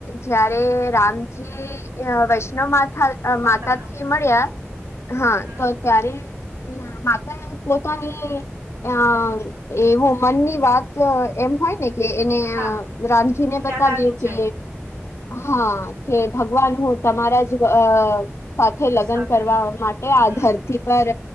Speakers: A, on the left; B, on the right.
A: જ્યારે રામજી અહ વૈષ્ણવ માં ખ
B: માતાના
A: માતા થી મળ્યા હા
B: હમ હમ
A: તો ત્યારે ના માતા એ પોતાની અહ એવું મનની વાત અહ એમ હોય ને કે એને
B: હા
A: અહ રામજી ને
B: ખ્યાલ
A: બતાવ્યું
B: આવી જાય
A: કે હા કે ભગવાન હું તમારા જ અહ સાથે લગ્ન
B: સાથે
A: કરવા માટે
B: હમ
A: આ ધરતી પર